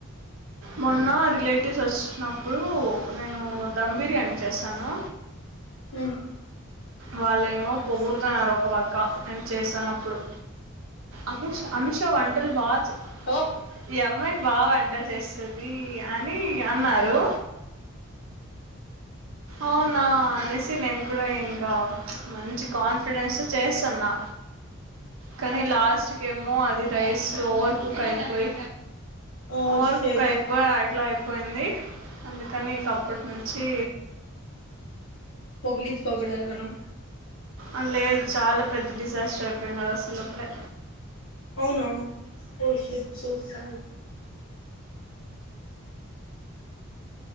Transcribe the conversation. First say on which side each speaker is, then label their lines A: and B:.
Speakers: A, on the right; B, on the left.
A: మొన్న రిలేటివ్స్ వచ్చినప్పుడు నేను ధమ్ బిర్యానీ చేశాను
B: హ్మ్
A: వాళ్ళేమో పొగుడుతన్నారు ఒక పక్క నేను చేసాన్నప్పుడు అమిష అమిషా వంన్ టల్ బా చాయి
B: తో ప్
A: ఈ అమ్మాయి బా వంట చేస్తది అని అన్నారు అవునా అనేసి నేను కూడా ఇంకా మంచి కాన్ఫిడెన్స్ చేస్తున్నా కానీ లాస్ట్కి ఏమో అది రైస్ ఓవర్ కుక్ అయిపోయి
B: ఓ
A: ఓవర్
B: షట్
A: కుక్ అయిపో ఆట్లాయి పోయింది అందుకని ఇంక అప్పటి నుంచి
B: పోగుడిచ్చుకోకూడదు అనుకునం
A: ఆ లేద్ చాలా పెద్ద డిజాస్టర్ అయిపోయిన్నారు అసలుప్పుడే
B: అవునా పో షట్ సూసైడ్